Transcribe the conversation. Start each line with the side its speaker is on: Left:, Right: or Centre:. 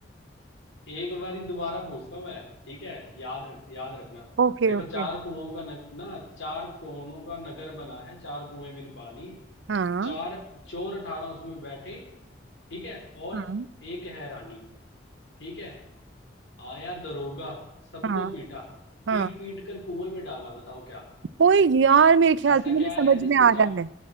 Left: एक बारी दोबारा पूछता हूँ मैं ठीक है याद रख याद रखना
Right: Okay
Left: देखो
Right: okay
Left: चार कुओं का न, ना चार कोनों का नगर बना है चार कुएं बिन पानी
Right: हाँ
Left: चार चोर अठारह उसमें बैठे ठीक है और
Right: हाँ
Left: एक है रानी ठीक है आया दरोगा सबको
Right: हाँ
Left: पीटा
Right: हाँ
Left: पीट पीट कर कुएं में डाला बताओ क्या
Right: कोई यार मेरे ख्याल
Left: ऐसा
Right: से मुझे
Left: क्या
Right: समझ
Left: है जिसके
Right: में आ
Left: चार
Right: रहा है